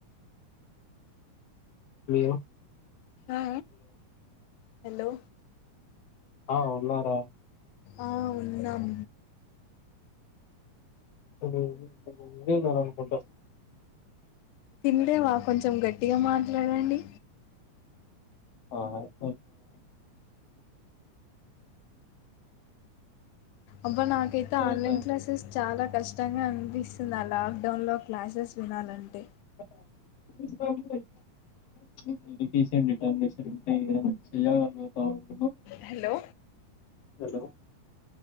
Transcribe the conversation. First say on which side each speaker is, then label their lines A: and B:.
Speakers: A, on the left (about 60°); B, on the left (about 85°).
A: లో
B: ఆ హలో
A: ఆ ఉన్నారా
B: ఆ ఉన్నాం
A: <unintelligible> అనుకుంట
B: తినలేవా కొంచెం గట్టిగా మాట్లాడండి
A: ఆ <unintelligible>
B: అబ్బ నాకైతే
A: సిక్
B: ఆన్లైన్ క్లాసెస్ చాలా కష్టంగా అనిపిస్తుంది ఆ లాక్డౌన్ లో క్లాసెస్ వినాలని అంటే
A: <inaudible>
B: హలో
A: హలో